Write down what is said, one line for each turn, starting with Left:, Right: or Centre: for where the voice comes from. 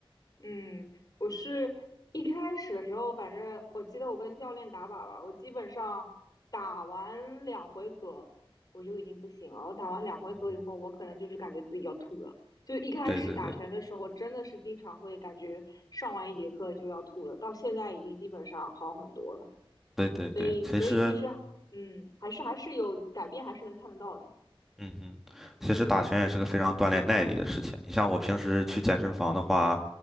Left: 嗯，我是一开始的时候，反正我记得我跟教练打靶吧，我基本上打完两回合我就已经不行了。我打完两回合以后，
Centre: 嗯，
Left: 我可能就是感觉自己要吐了。就一开始打拳的时候，
Centre: 对对对
Left: 真的是经常会感觉上完一节课就要吐了，到现在已经基本上好很多了。
Centre: 对对对，
Left: 所以，
Centre: 其实。
Left: 所以其实，嗯，还是还是有改变，还是能看得到的。
Centre: 嗯哼，其实打拳也是个非常锻炼耐力的事情。你像我平时去健身房的话，